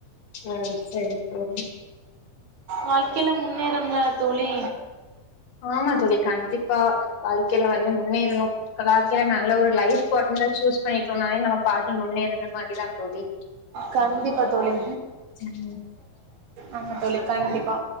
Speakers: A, on the left; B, on the right.
A: ம் சரி தோழி
B: வாழ்க்கைல முன்னேறம்ல தோழி.
A: ஆமா தோழி கண்டிப்பா வாழ்க்கைல வந்து முன்னேறணு. கலாக்கில நல்ல ஒரு லைஃப் பாட்னர் சூஸ் பண்ணிட்டோன்னாலே நம்ம பாதி முன்னேறுன மாரிதா தோழி.
B: கண்டிப்பா
A: ம்
B: தோழி.
A: ம்
B: ஆமா தோழி கண்டிப்பா.